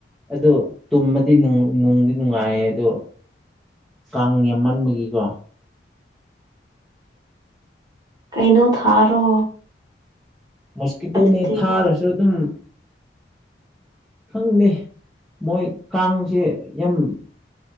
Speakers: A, in the centre; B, on the right.
A: ꯑꯗꯣ ꯇꯨꯝꯃꯗꯤ ꯅꯨꯡꯗꯤ ꯅꯨꯡꯉꯥꯏꯌꯦ ꯑꯗꯣ ꯀꯥꯡ ꯌꯥꯝꯃꯟꯕꯒꯤꯀꯣ
B: ꯀꯩꯅꯩꯅꯣ ꯊꯥꯔꯣ
A: ꯃꯁꯀꯤꯇꯣ
B: ꯑꯗꯨꯗꯤ
A: ꯅꯅꯦꯊꯥꯔꯁꯨꯣꯏ ꯑꯗꯨ ꯈꯪꯗꯦ ꯃꯣꯏ ꯀꯥꯡꯁꯦ ꯌꯥꯝ